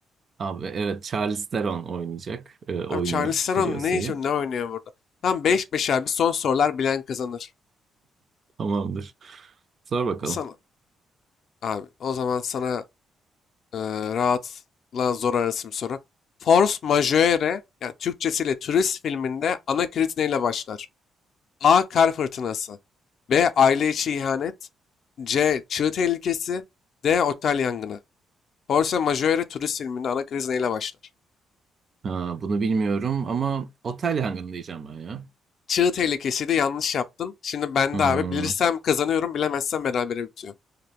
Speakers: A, on the right; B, on the left.
A: Abi evet Charlize Theron oynayacak. E, oynuyor
B: Abi Charlize Theron
A: Furiosa'yı.
B: ne, iş- ne oynuyor burada? Tam 5-5 abi son sorular bilen kazanır.
A: Tamamdır. Sor bakalım.
B: Sana abi o zaman sana Ee, rahatla zor arasım soru. Force majeure yani Türkçesiyle turist filminde ana kriz neyle başlar? A. Kar fırtınası. B. Aile içi ihanet. C. Çığ tehlikesi. D. Otel yangını. Force majeure turist filminde ana kriz neyle başlar?
A: Ha, bunu bilmiyorum ama otel yangını diyeceğim ben ya.
B: Çığ tehlikesiydi yanlış yaptın. Şimdi ben
A: Hmm,
B: de abi bilirsem kazanıyorum bilemezsem berabere bitiyor.